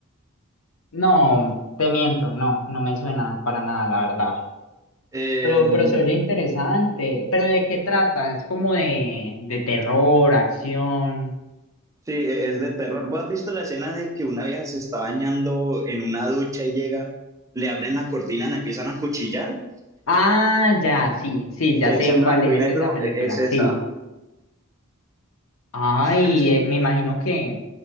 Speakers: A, on the left; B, on the right.
A: No, te miento, no, no me suena para nada, la verdad.
B: El-
A: Pero, pero se oye interesante. ¿Pero de qué trata? Es como de, de terror, acción.
B: sí, e- es de terror. ¿Vos has visto la escena de que una vieja se está bañando en una ducha y llega, le abren la cortina, la empiezan a cuchillar?
A: Ah, ya, sí, sí, ya
B: Que
A: sé
B: es en
A: cuál
B: blanco
A: es
B: y negro,
A: esa película.
B: e- es esa.
A: Sí, Ay,
B: Es-
A: eh, me imagino que...